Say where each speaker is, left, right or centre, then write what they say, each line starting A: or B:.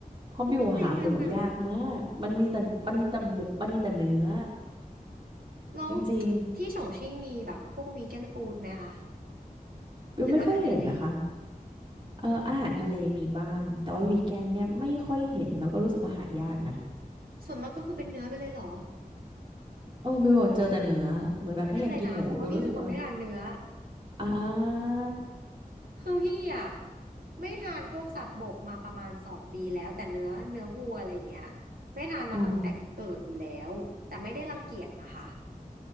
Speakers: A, on the right (about 35°); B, on the right (about 85°).
A: เพราะบิวหาหมูยากมากมันมีแต่มันมีแต่หมูมันมีแต่เนื้อ
B: เขากินอะไรกันน่ะ แล้ว
A: จริง
B: ที่ฉงชิ่งมีแบบพวกวีแกนฟู้ดไหมคะ
A: ๆบิวไม่ค่อยเห็นนะคะ
B: หรืออาหารทะเล
A: เอออาหารทะเลมีบ้างแต่ว่าวีแกนเนี่ยไม่ค่อยเห็นแล้วก็รู้สึกว่าหายากนะ
B: ส่วนมากก็คือเป็นเนื้อไปเลยเหรอ
A: เออบิวเจอแต่เนื้อเหมือนแบบถ้าอยากกินหมูบิวรู้สึกว่า
B: เครียดเลยนะเพราะว่าพี่เป็นคนไม่ทานเนื้อ
A: อ่า
B: คือพี่อ่ะไม่ทานพวกสัตว์บกมาประมาณสองปีแล้วแต่เนื้อเนื้อวัวอะไรอย่างเงี้ยไม่ทานมาตั้งแต่เกิดอยู่แล้วแต่ไม่ได้รังเกียจนะคะ
A: อ๋อ